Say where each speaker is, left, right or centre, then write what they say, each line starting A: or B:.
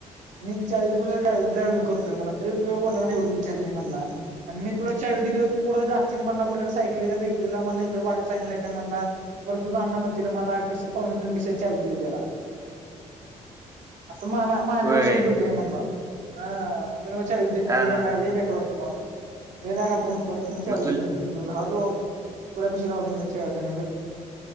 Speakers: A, on the right; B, on the right.
A: मी चाळीस वर्ष झाली डायव्हिंग करतोयं मलान तरी तो म्हंनला एवढं विचारतयं मलां आणि मी तुलां चांवी दिली तू कुठं गांततीलील मलां कुंठल्यारी सायकलीला बेकलीला मलां इकडं वाटतं गलं नाहीं मलां परंत तुझं अ्णा म्हणतीललं मलां कसं पाहणं तुम्हीं कशी चावी दिली त्यांला आतां मलां माझ्यां
B: होय
A: शब्ध देतं मी म्हणलां हं तुम्हीं
B: अ
A: बेकारटलां बेरगल प च
B: मग तुला
A: परा पिश <unintelligible>